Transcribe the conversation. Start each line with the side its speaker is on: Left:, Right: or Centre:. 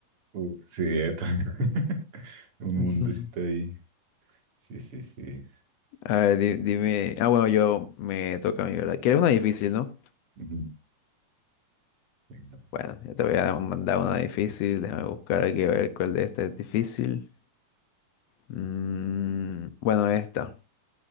Right: Oh, uh, sí, eh, también. <laughs> Un
Left: <laughs>
Right: mundecito ahí. Sí, sí, sí.
Left: A ver, di- dime. Ah, bueno, yo me toca a mí, ¿verdad? ¿Quieres una
Right: Sí,
Left: difícil,
Right: sí.
Left: no?
Right: Ujú. Venga.
Left: Bueno, yo te voy a mandar una difícil. Déjame buscar aquí a ver cuál de estas es difícil. Mm, bueno, esta.